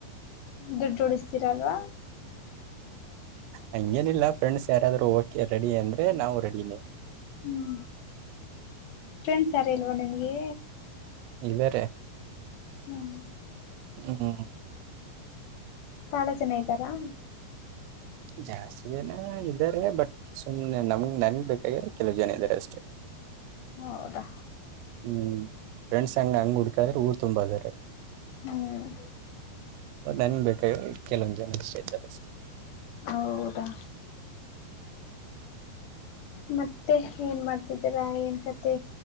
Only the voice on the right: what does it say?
ಹಂಗೇನಿಲ್ಲ ಫ್ರೆಂಡ್ಸ್ ಯಾರಾದ್ ಓಕೆ ರೆಡಿ ಅಂದ್ರೆ ನಾವು ರೆಡಿನೇ
ಇವೇರೆ
ಹ್ಮ
ಜಾಸ್ತಿ ಜನ ಇದ್ದಾರೆ ಬಟ್ ಸುಮ್ನೆ ನಮಗ್ ನನ್ಗ್ ಬೇಕಾಗ್ಯ್ರ ಕೆಲವು ಜನ ಇದಾರೆ ಅಷ್ಟೆ
ಹ್ಮ್ ಫ್ರೆಂಡ್ಸ್ ಹಂಗ ಹಂಗ್ ಹುಡ್ಕ್ರೆ ಊರ್ ತುಂಬದಾರೆ
ನನ್ ಬೇಕ್ಯ ಕೆಲವೊಂದ್ ಜನ ಅಷ್ಟೇ ಇದ್ದಾರೆಷ್ಟೆ